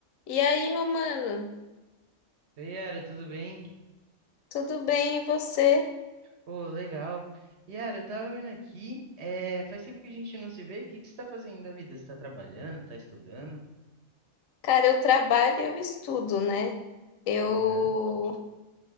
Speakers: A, on the left; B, on the right.
A: E aí, Romano?
B: Oi, Yara, tudo bem?
A: Tudo bem, e você?
B: Ô, legal. Yara, eu tava vendo aqui, é, faz tempo que a gente não se vê, o que que você tá fazendo da vida? Você tá trabalhando, tá estudando?
A: Cara, eu trabalho e eu estudo, né? Eu
B: Aham,